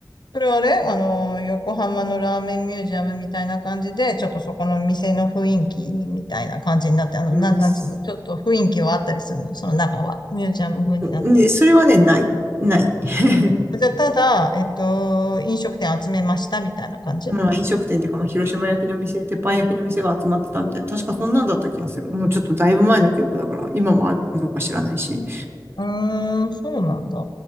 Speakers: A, on the left; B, on the right.
A: それはあれあの横浜のラーメンミュージアムみたいな感じで、ちょっとそこの店の雰囲気いいみたいな感じになって、あの、
B: な。
A: なん、
B: うん店
A: なんつうの、ちょっと雰囲気はあったりするの、その中は。ミュージアム風になってるって。
B: うん、で、それはね、ない。ない。<laughs>
A: じゃあ、ただ、えっと、飲食店集めましたみたいな感じ
B: まあ、飲食店っていうか、まあ、広島焼きの店、鉄板焼きの店が集まってたみたいな。確かそんなんだった気がする。もうちょっとだいぶ前の記憶だから、今もあるのかどうか知らないし。
A: うーん、そうなんだ。